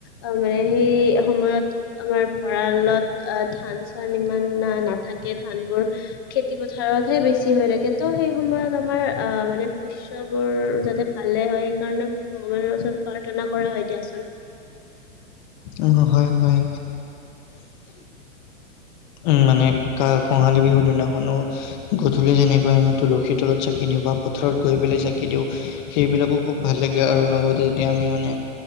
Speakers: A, on the left; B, on the left.
A: অ মানে সেই সময়ত আমাৰ ভঁৰালত অ ধান চান ইমান নাথাকে ধানবোৰ খেতি পথাৰতহে বেছি হৈ থাকে ত' সেই সময়ত আমাৰ আহ মানে শস্যবোৰ যাতে ভালে হয় সেইকাৰণে ভগৱানৰ ওচৰত প্ৰাৰ্থনা কৰা হয় দিয়াচোন
B: উ হয় হয় উ মানে কা কঙালী বিহু দিনাখনো গধূলি যেনেকৈ আমি তুলসীৰ তলত চাকি দিওঁ বা পথাৰত গৈ পেলাই চাকি দিওঁ সেইবিলাকো খুব ভাল লাগে আৰু লগতে যেতিয়া আমি মানে